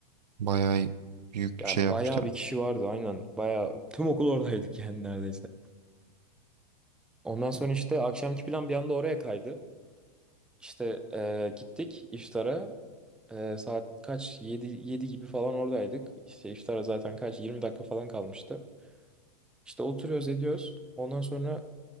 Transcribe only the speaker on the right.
Bayağı büyük
şey yapmışlar.